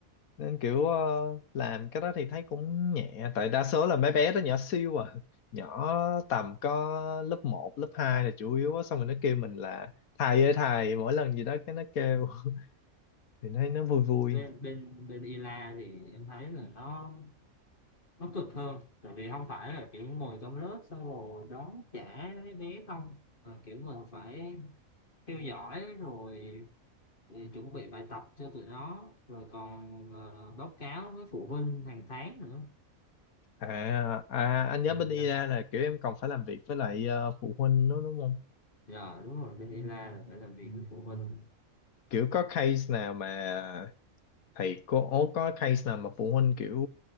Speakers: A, on the left; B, on the left.
A: nên kiểu ờ, làm cái đó thì thấy cũng nhẹ tại đa số là mấy bé đó nhỏ siêu à nhỏ tầm có lớp một, lớp 2 là chủ yếu á xong rồi nó kêu mình là thầy ơi thầy mỗi lần gì đó cái nó kêu <laughs> thì nó nó vui vui
B: bên bên bên Ila thì em thấy là nó nó cực hơn tại vì không phải là kiểu ngồi trong lớp xong rồi đón trả mấy bé không mà kiểu mình phải theo dõi rồi Thì chuẩn bị bài tập cho tụi nó rồi còn ờ, báo cáo với phụ huynh hàng tháng nữa
A: à, à anh nhớ
B: Ừ,
A: bên IDA
B: dạ
A: là kiểu em còn phải làm việc với lại ờ, phụ huynh nữa đúng không
B: Dạ, đúng rồi bên ILA là phải làm việc với phụ huynh
A: kiểu có case nào mà thầy cô có case nào mà phụ huynh kiểu